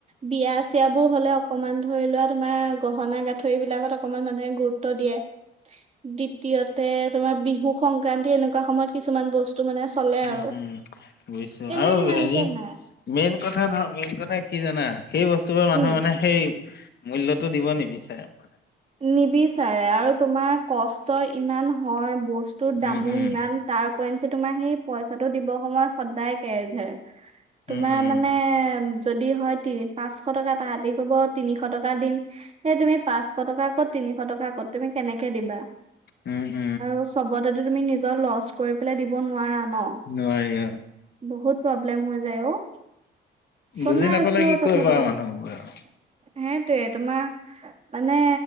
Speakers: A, on the right; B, on the left.
A: বিয়া চিয়াবোৰ হ'লে অকণমান ধৰি লোৱা তোমাৰ গহনা গাঁঠৰিবিলাকত অকমান মানুহে গুৰুত্ব দিয়ে। দ্বিতীয়তে তোমাৰ বিহু সংক্ৰান্তি এনেকুৱা সময়ত কিছুমান বস্তু টো মানে চলে আৰু।
B: উম উম। বুজিছো
A: এনে
B: আৰু
A: ইমানকে
B: হেৰি
A: নাই।
B: মেইন কথা ধৰ, মেইন কথা কি জানা, সেই বস্তুবোৰ মানুহৰ
A: উম
B: মানে সেই মূল্যতটো দিব নিবিচাৰে মানে।
A: নিবিচাৰে আৰু তোমাৰ কষ্ট ইমান হয়, বস্তুৰ দামো
B: উম উম
A: ইমান তাৰ উপৰিঞ্চি তোমাৰ সেই পইচাটো দিবৰ সময়ত সদায় কে জেৰ। তোমাৰ
B: উম উম
A: মানে যদি হয় তি পাঁচশ টকা তাহাঁতি ক'ব তিনিশ টকা দিম, সেই তুমি পাঁচ শ টকা ক'ত তিনিশ টকা ক'ত তুমি কেনেকে দিবা।
B: উম উম।
A: আৰু চবতেতো তুমি নিজৰ লচ কৰি পেলাই দিব নোৱাৰা ন'।
B: নোৱাৰি অ'।
A: বহুত প্ৰব্লেম হৈ যায় অ'। চলাই
B: বুজি নাপালে
A: আছো আৰু
B: কি
A: তথাপিতো।
B: কৰিবা মানুহবোৰে
A: সেইটোয়ে
B: আৰু
A: তোমাৰ মানে